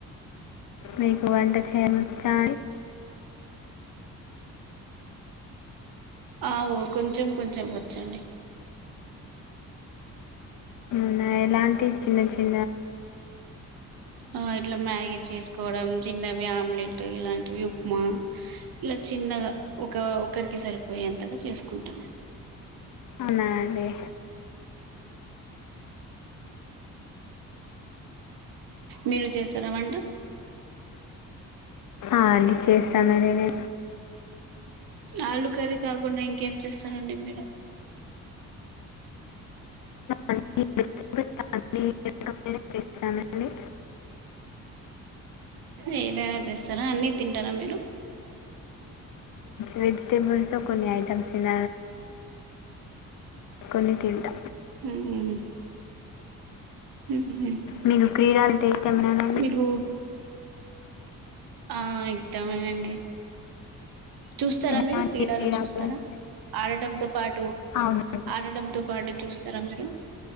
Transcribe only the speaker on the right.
అవుో కొంచెం కొంచెం వచ్చడి
ఆ ఇట్లా మ్యాగీ చేసుకోవడం చిన్నవి ఆమ్లెట్ ఇలాంటివి ఉప్మా ఇలా చిన్నగా ఒక ఒకరికి సరిపోయే అంతగా చేసుకుంటాం
మీరు చేస్తారా వంట
ఆలు కర్రీ కాకుండా ఇంకేం చేస్తారండి మీరు
ఏదైనా చేస్తారా అన్ని తింటారా మీరు
మ్ మ్
మీకు ఆ ఇష్టమనండి చూస్తారా
మీరు క్రీడలు చూస్తారా,
ఆడటంతో పాటు
ఆడటంతో పాటు చూస్తారా మీరు